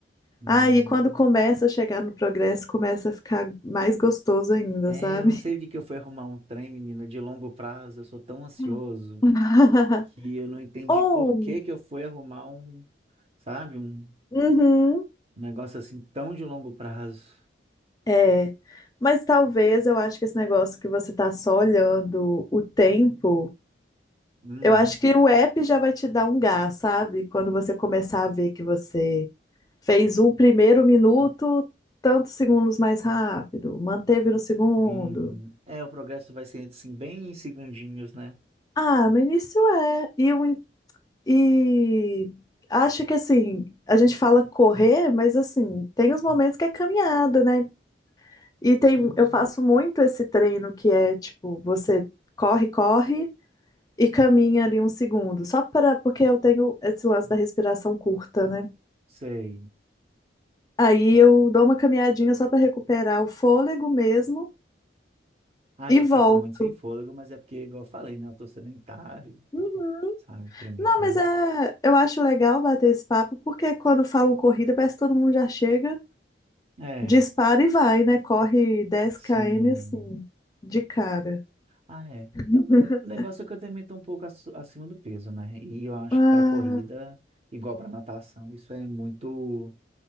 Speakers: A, on the right; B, on the left.
A: Hum,
B: Ah, e quando começa a chegar no progresso, começa a ficar mais gostoso ainda,
A: é,
B: sabe?
A: eu não sei o que que eu fui arrumar um trem, menina, de longo prazo. Eu sou tão ansioso
B: Hum. <laughs>
A: que eu não entendi
B: Ou,
A: por que que eu fui arrumar um, sabe, um
B: uhum,
A: negócio assim tão de longo prazo.
B: é. Mas talvez eu acho que esse negócio que você tá só olhando o tempo.
A: Hum,
B: Eu acho que o app já vai te dar um gás, sabe? Quando você começar a ver que você fez o primeiro minuto, tantos segundos mais rápido, manteve no segundo.
A: sim. É, o progresso vai ser assim bem em segundinhos, né?
B: Ah, no início é. E, o in- e acho que assim, a gente fala correr, mas assim, tem os momentos que é caminhada, né? E tem,
A: Hum,
B: eu faço muito esse treino que é tipo, você corre, corre e caminha ali um segundo, só para porque eu tenho esse lance da respiração curta, né?
A: sei.
B: Aí eu dou uma caminhadinha só para recuperar o fôlego mesmo
A: Ah,
B: e
A: eu
B: volto.
A: fico muito sem fôlego, mas é porque, igual eu falei, né? Eu tô sedentário,
B: Uhum.
A: sabe? Pra mim
B: Não,
A: tá.
B: mas é, eu acho legal bater esse papo, porque quando falam corrida, parece que todo mundo já chega,
A: É,
B: dispara e vai, né? Corre dez
A: sim.
B: km assim, de cara.
A: Ah, é.
B: <laughs>
A: Eu- eu- o negócio é que eu também tô um pouco asso- acima do peso, né? E eu acho
B: Ah,
A: que pra corrida, igual pra natação, isso é muito,